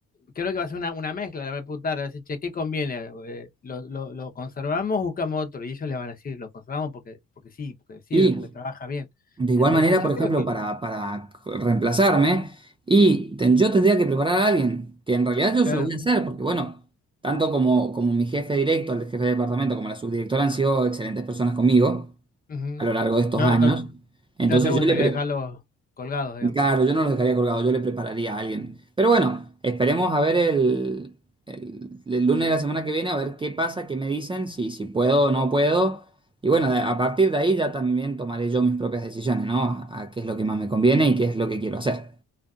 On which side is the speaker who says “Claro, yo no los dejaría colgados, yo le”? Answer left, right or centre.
Right